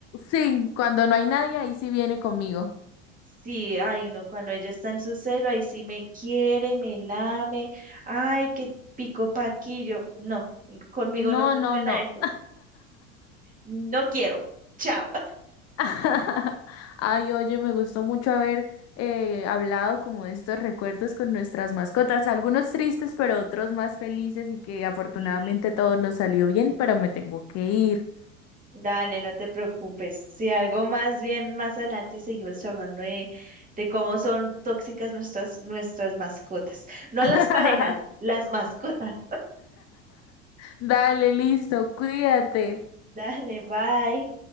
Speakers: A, on the left; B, on the right.
A: Sí, cuando no hay nadie, ahí sí viene conmigo.
B: Sí, ay, uno cuando ella está en su celo, ahí sí me quiere, me lame, ay, qué pico paquillo. No, conmigo
A: No,
B: no funciona
A: no, no.
B: eso. No quiero. Chao.
A: <laughs> Ay, oye, me gustó mucho haber eh, hablado como de estos recuerdos con nuestras mascotas, algunos tristes, pero otros más felices y que
B: <laughs>
A: afortunadamente todo nos salió bien, pero me tengo que ir.
B: Dale, no te preocupes. Si algo más bien más adelante seguimos charlando de, de cómo son tóxicas nuestras, nuestras mascotas. No
A: <laughs>
B: las parejas, las mascotas.
A: Dale, listo, cuídate.
B: <laughs> Dale, bye.